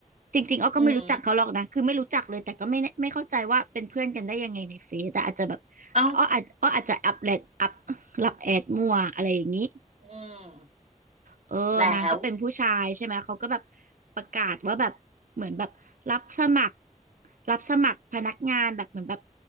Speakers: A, on the right; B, on the right.
A: จริงๆอ้อก็ไม่รู้จักเขาหรอกนะคือไม่รู้จักเลยแต่ก็ไม่แน่ไม่เข้าใจว่าเป็นเพื่อนกันได้ยังไงในเฟซแต่อาจจะแบบ
B: อืมเอ้า
A: อ้ออาจอ้ออาจจะอัปแอดอัปรับแอดมั่วอะไรอย่างนี้
B: อืม
A: เออนางก็เป็นผู้ชายใช่ไหมเขาก็แบบ
B: แล้ว
A: ประกาศว่าแบบเหมือนแบบรับสมัครรับสมัครพนักงานแบบเหมือนแบบ